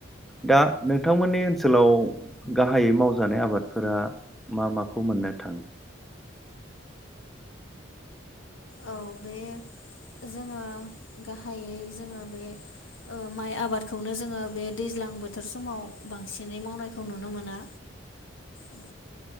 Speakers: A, in the centre; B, on the left.
A: दा नोंथांमोननि ओनसोलाव गाहायै मावजानाय आबादफोरा मा माखौ मोननो थाङो?
B: औ बे जोङो गाहायै जोङो बे ओ माइ आबादखौनो जोङो बे दैज्लां बोथोर समाव बांसिनै मावनायखौ नुनो मोनो। औ